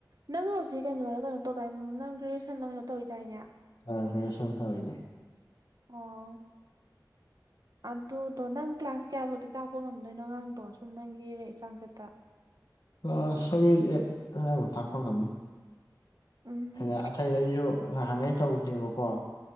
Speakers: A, on the right; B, on the left.
A: ꯅꯪ ꯍꯧꯖꯤꯛ ꯀꯩꯅꯣꯔꯥ ꯀꯩꯅꯣ ꯇꯧꯗꯥꯏ ꯅꯪ ꯒ꯭ꯔꯦꯖꯨꯌ‌ꯦꯁꯟꯂ ꯀꯩꯅꯣ ꯇꯧꯔꯤꯗꯥꯏꯅꯦ
B: ꯑ ꯒ꯭ꯔꯦꯖꯨꯌ‌ꯦꯁꯟ ꯇꯧꯏꯅꯦ
A: ꯑꯣ ꯑꯗꯨꯗꯣ ꯅꯪ ꯀ꯭ꯂꯥꯁ ꯀꯌꯥꯕꯨꯗꯤ ꯇꯥꯛꯄ ꯉꯝꯗꯣꯏꯅꯣ ꯑꯉꯥꯡꯗꯣ ꯁꯨꯝ ꯔ‌ꯦ ꯅꯪꯒꯤ ꯆꯥꯡꯆꯠꯇ
B: ꯀꯂ꯭ꯥꯁ ꯁꯕꯦꯟ ꯑꯩꯠ ꯑꯗꯥꯏꯐꯥꯎ ꯇꯥꯛꯄ ꯉꯝꯅꯤ
A: ꯎꯝ
B: ꯑꯗ ꯑꯇꯩꯩ ꯑꯩꯁꯨ ꯉꯍꯥꯟꯈꯩ ꯇꯧꯗꯦꯕꯀꯣ